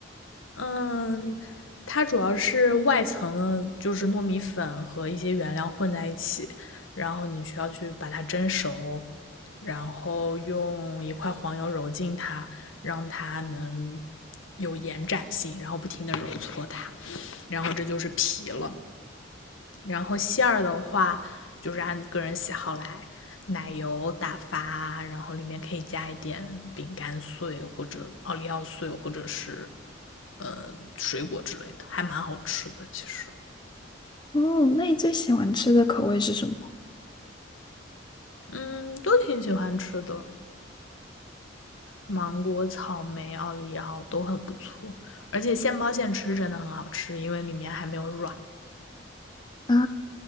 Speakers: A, on the left; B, on the left.
A: 嗯，它主要是外层的，就是糯米粉和一些原料混在一起，然后你需要去把它蒸熟，然后用一块黄油揉进它，让它能有延展性，然后不停的揉搓它，然后这就是皮了。然后馅儿的话，就是按个人喜好来，奶油打发，然后里面可以加一点饼干碎或者奥利奥碎，或者是呃水果之类的，还蛮好吃的。其实，
B: 哦，那你最喜欢吃的口味是什么？
A: 嗯，都挺喜欢吃的，芒果、草莓、奥利奥都很不错，而且现包现吃真的很好吃，因为里面还没有软。
B: 啊，